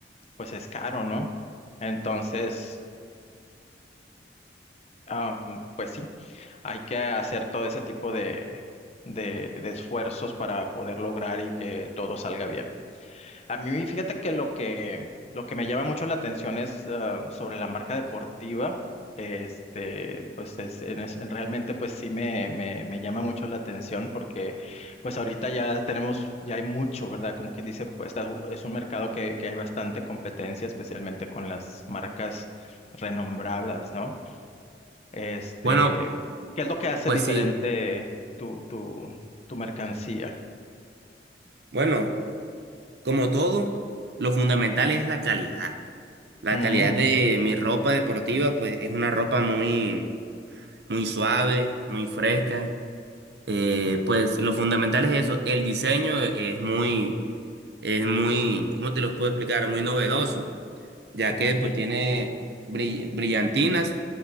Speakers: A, on the left (about 35°); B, on the right (about 70°).
A: pues es caro, ¿no? Entonces, am, pues sí, hay que hacer todo ese tipo de, de, de esfuerzos para poder lograr y que todo salga bien. A mí, fíjate que lo que, lo que me llama mucho la atención es ah, sobre la marca deportiva. Este, pues es, en, es- en realmente pues sí me, me, me llama mucho la atención porque pues ahorita ya tenemos, ya hay mucho, ¿verdad? Como quien dice, pues está- es un mercado que, que hay bastante competencia, especialmente con las marcas renombradas, ¿no? Este,
B: Bueno,
A: ¿qué es lo que hace
B: pues
A: diferente
B: sí.
A: tu, tu, tu mercancía?
B: Bueno, como todo, lo fundamental es la calidad. La
A: Mm,
B: calidad de mi ropa deportiva pues es una ropa muy muy suave, muy fresca. Eh, pues lo fundamental es eso. El diseño es muy es muy, ¿cómo te lo puedo explicar? Muy novedoso, ya
A: ok.
B: que pues tiene brill- brillantinas